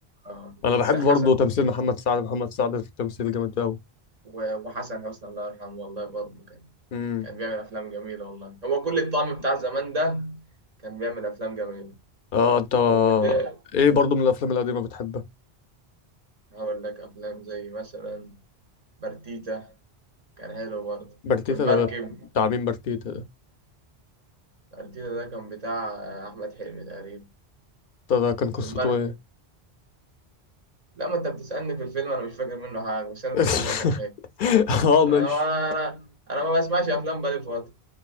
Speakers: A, on the right; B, on the left.
A: اه
B: انا بحب
A: س- حسن
B: برضه تمثيل محمد سعد محمد سعد في التمثيل جامد قوي
A: و- وحسن حسني الله يرحمه والله برضه كان
B: امم
A: كان بيعمل افلام جميله والله هو كل الطعم بتاع زمان ده كان بيعمل افلام جميله
B: اه انت
A: وده
B: ايه برضه من الافلام القديمه بتحبها
A: هقول لك افلام زي مثلا برتيتا كان حلو برضه
B: برتيتا
A: والمركب
B: ده بتاع مين برتيتا ده
A: برتيتا ده كان بتاع آه، احمد حلمي تقريبا
B: ده ده كان قصته
A: والمركب
B: ايه
A: لما انت بتسالني في الفيلم انا مش فاكر منه حاجه بس انا
B: <laughs>
A: فاكر ان هو كان حلو
B: اه
A: انا
B: ماشي
A: انا انا ما بسمعش افلام بقالي فتره